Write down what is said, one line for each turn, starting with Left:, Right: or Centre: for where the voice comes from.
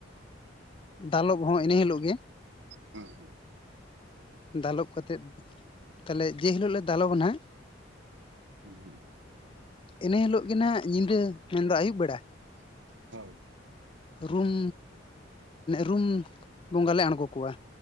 Left: ᱫᱟᱞᱚᱵ ᱦᱚᱸ ᱤᱱᱟᱹ ᱦᱤᱞᱳᱜ ᱜᱮ
Right: ᱦᱮᱸ ᱦᱮᱸ
Left: ᱫᱟᱞᱚᱵ ᱠᱟᱛᱮᱜ ᱛᱟᱦᱚᱞᱮ ᱡᱮ ᱦᱤᱞᱳᱜ ᱞᱮ ᱫᱟᱞᱚᱵᱟ ᱱᱟᱜ
Right: ᱦᱩᱸ
Left: ᱤᱱᱟᱹ ᱦᱤᱞᱳᱜ ᱜᱮ ᱱᱟᱦᱟᱜ ᱧᱤᱫᱟᱹ ᱢᱮᱱᱫᱚ ᱟᱹᱭᱩᱵ ᱵᱮᱲᱟ
Right: ᱦᱳᱭ
Left: ᱨᱩᱢ ᱨᱩᱢ ᱵᱚᱸᱜᱟ ᱞᱮ ᱟᱬᱜᱚ ᱠᱚᱣᱟ᱾